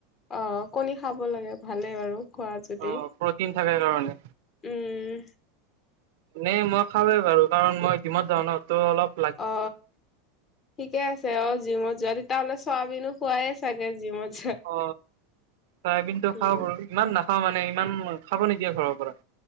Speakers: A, on the left; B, on the right.
A: অ কণী খাব লাগে ভালে বাৰু। খোৱা যদি,
B: অ' প্ৰটিন থাকে কাৰণে।
A: উম।
B: এনেই মই খওঁৱে বাৰু কাৰণ মই জিমত যাওঁ ন তো অলপ -
A: অ। ঠিকে আছে অ জিমত যোৱা, তেতিয়া হ'লে চয়াবিনো খোৱাই চাগে জিমত -
B: অ চয়াবিন টো খাও
A: উম।
B: বাৰু ইমান নাখাও মানে ইমান খাব নিদিয়ে ঘৰৰ পৰা।